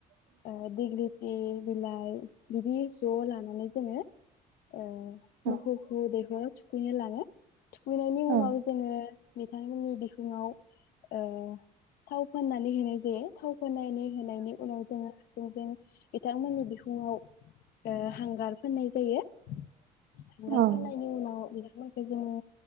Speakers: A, on the left; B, on the right.
A: ओ दिग्लिथि बिलाइ बिदि ज' लानानै जोङो ओ
B: औ
A: मोखौखौ दैखराव थु खुइनो लाङो। थुखैनायनि उनाव
B: औ
A: जोङो बिथांमोननि बिखुङाव ओ थाव फोननानै होनाय जायो थाव फोननाय होनायनि उनाव जोङो जोंजों बिथांमोननि बिखुङाव ओ हांगार फोननाय जायो हांगार
B: औ
A: फोननायनि उनाव बिथांमोनखौ जोङो